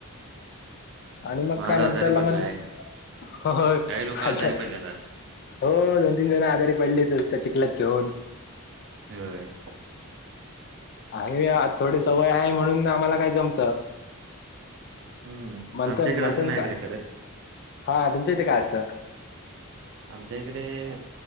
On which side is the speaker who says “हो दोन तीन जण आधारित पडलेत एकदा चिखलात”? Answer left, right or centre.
Left